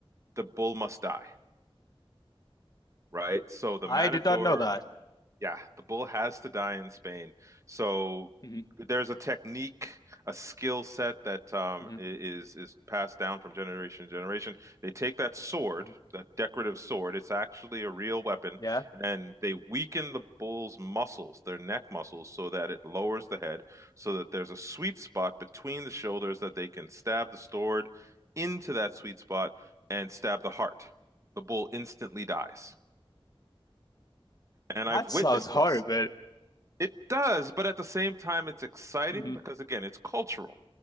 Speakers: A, on the right (about 30°); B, on the left (about 40°).
A: the bull must die. right? So the
B: I
A: matador,
B: did not know that.
A: yeah, the bull has to die in Spain. So
B: hmm
A: there's a technique, a skill set that um,
B: hmm
A: i- is is passed down from generation to generation. They take that sword,
B: hmm
A: that decorative sword, it's actually a real weapon,
B: Yeah.
A: and they weaken the bull's muscles, their neck muscles, so that it lowers the head, so that there's a sweet spot between the shoulders that they can stab the sword into that sweet spot and stab the heart. The bull instantly dies and
B: That
A: I've
B: sounds
A: witnessed
B: horrible.
A: this. It does, but at the same time, it's exciting
B: hmm
A: because again, it's cultural,